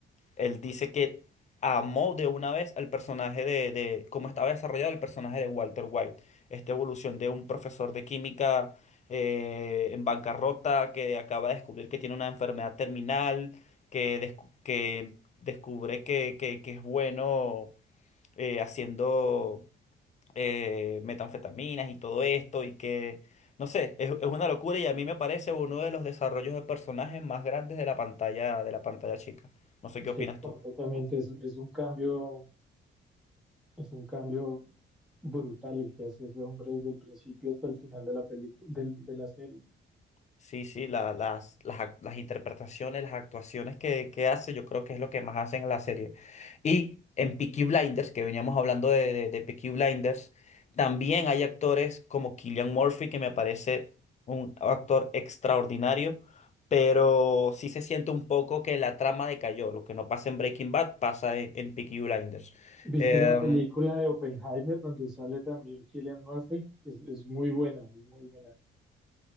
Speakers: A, on the left; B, in the centre.
A: él dice que amó de una vez al personaje de, de cómo estaba desarrollado el personaje de Walter White, esta evolución de un profesor de química eh, en bancarrota que acaba de descubrir que tiene una enfermedad terminal, que, descu- que descubre que, que que es bueno eh, haciendo eh, metanfetaminas y todo esto, y que, no sé, es, es una locura y a mí me parece uno de los desarrollos de personajes más grandes de la pantalla, de la pantalla chica. No sé qué
B: Sí,
A: opinas
B: completamente.
A: tú.
B: Es, es un cambio, es un cambio brutal el que hace ese hombre desde el principio hasta el final de la película, del- de la serie.
A: Sí, sí, la- las, las, ac- las interpretaciones, las actuaciones que, que hace, yo creo que es lo que más hacen en la serie. Y en Peaky Blinders, que veníamos hablando de, de, de Peaky Blinders, también hay actores como Cillian Murphy, que me parece un actor extraordinario, pero sí se siente un poco que la trama decayó. Lo que no pasa en Breaking Bad pasa en, en Peaky Blinders.
B: ¿Viste
A: Em,
B: la película de Oppenheimer donde sale también Cillian Murphy? Es, es muy buena, es muy buena.